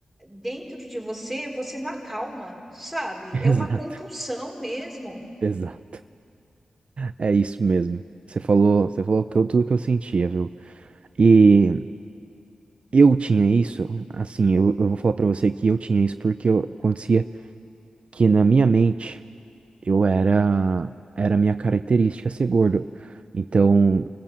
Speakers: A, in the centre; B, on the right (about 55°).
A: dentro de você, você não acalma, sabe?
B: Exato,
A: É uma compulsão mesmo.
B: exato. É isso mesmo. Você falou, você falou que eu, tudo que eu sentia, viu? E eu tinha isso, assim, eu, eu vou falar pra você que eu tinha isso porque eu acontecia que na minha mente eu era era a minha característica ser gordo. Então,